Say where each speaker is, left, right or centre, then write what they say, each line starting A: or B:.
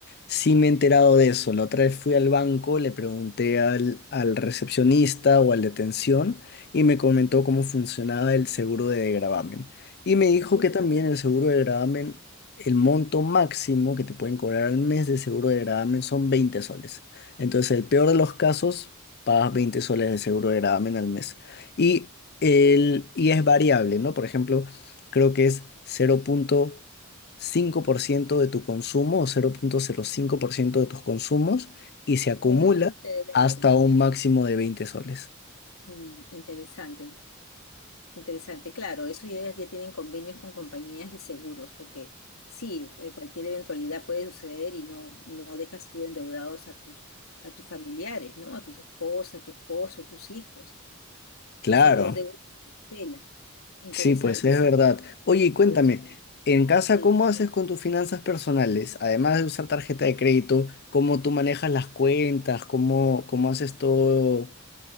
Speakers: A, on the left (about 50°); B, on the left (about 85°).
A: Sí me he enterado de eso. La otra vez fui al banco, le pregunté al, al recepcionista o al de atención y me comentó cómo funcionaba el seguro de gravamen. Y me dijo
B: aquí
A: que
B: te-
A: también el seguro de gravamen, el monto máximo que te pueden cobrar al mes de seguro de gravamen son 20 soles. Entonces, el peor de los casos pagas 20 soles de seguro de gravamen al mes. Y, el, y es variable, ¿no? Por ejemplo, creo que es cero punto cinco por ciento de tu consumo o cero cero punto cero cinco por ciento de tus consumos y se acumula
B: con un límite de veinte,
A: hasta un máximo de 20 soles.
B: Mm, interesante. Interesante, claro, eso ya, ya tienen convenios con compañías de seguros, porque sí, eh, cualquier eventualidad puede suceder y no, no dejas tú endeudados a tus, a tus familiares, ¿no? A tus esposas, a tu esposo, tus hijos.
A: Claro,
B: Esa de- deuda se cancela. Interesante,
A: sí, pues es verdad.
B: sí,
A: Oye, y cuéntame,
B: ¿sabes?
A: en casa,
B: Sí.
A: ¿cómo haces con tus finanzas personales? Además de usar tarjeta de crédito, ¿cómo tú manejas las cuentas? ¿Cómo, cómo haces todo?